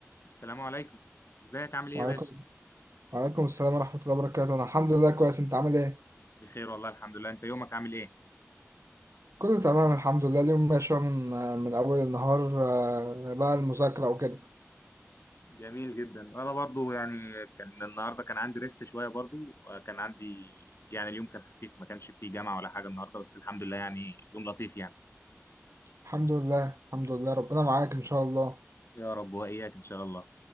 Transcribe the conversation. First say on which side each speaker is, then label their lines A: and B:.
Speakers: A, on the left; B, on the right.
A: السلام عليكم ازيك عامل ايه
B: وعليكم
A: يا باشا
B: وعليكم السلام ورحمة الله وبركاته أنا الحمد لله كويس أنت عامل إيه؟
A: بخير والله الحمد لله انت يومك عامل ايه
B: كله تمام الحمد لله اليوم ماشي أهو من من أول النهار آه، بقى المذاكرة وكده
A: جميل جدا انا برضو يعني كان النهارده كان عندي ريست شويه برضو آه، كان عندي يعني اليوم كان خفيف ما كانش فيه جامعه ولا حاجه النهارده بس الحمد لله يعني يوم لطيف يعني
B: الحمد لله الحمد لله ربنا معاك إن شاء الله
A: يا رب واياك ان شاء الله